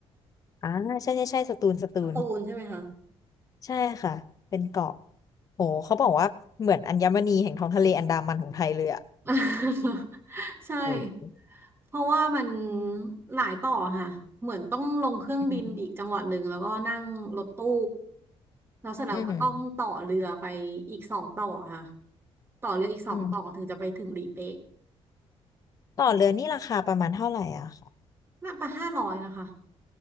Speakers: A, on the left; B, on the right.
A: อ่าใช่ใช่ใช่สตูลสตูล
B: สตูลใช่ไหมคะ
A: ใช่ค่ะเป็นเกาะโหเขาบอกว่าเหมือนอัญมณีแห่งท้องทะเลอันดามันของไทยเลยอะ
B: <laughs> ใช่
A: โห
B: เพราะว่ามันหลายต่อค่ะเหมือนต้องลงเครื่องบินอีกจังหวัดหนึ่งแล้วก็นั่งรถตู้
A: อืม
B: แล้วเสร็จแล้วก็ต้องต่อเรือไปอีกสองต่อค่ะ
A: อืม
B: ต่อเรืออีกสองต่อถึงจะไปถึงหลีเป๊ะ
A: อืมต่อเรือนี่ราคาประมาณเท่าไหร่อะค่ะ
B: น่าจะห้าร้อยนะคะ